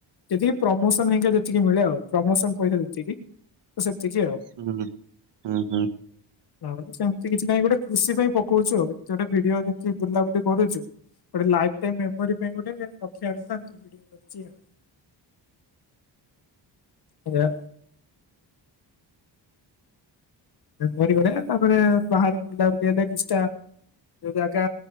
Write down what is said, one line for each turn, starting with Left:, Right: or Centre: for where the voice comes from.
Left: ଯେତିକି ପ୍ରମୋସନ ହରିକା ଯେତିକି ମିଳେ ଆଉ ପ୍ରମୋସନ ପଇସା ଯେତିକି ତ ସତିକଏ ଆଉ।
Right: ହୁଁ ହୁଁ ହୁଁ।
Left: ନହେଲେ ତ ସେମିତି କିଛି ନାହିଁ ଗୋଟେ ଖୁସି ପାଇଁ ପକଉଚି ଆଉ ଜଦି ଗୋଟେ ଭିଡିଓ ଯେମିତି ବୁଲାବୁଲି କରୁଚୁ। ଗୋଟେ ଲାଇଫ୍ ଟାଇମ୍ ମେମୋରି ପାଇଁ ଗୋଟେ ରଖିବା କଥା ଏମିତି ଭିଡ଼ିଓ କରିଚି ଆଉ। ଆଜ୍ଞା। ମେମୋରି ବାଲା ନା ତାପରେ ବାହାରେ ବୁଲାବୁଲି ହେଲେ କିଛିଟା ଯୋଉ ଜାଗା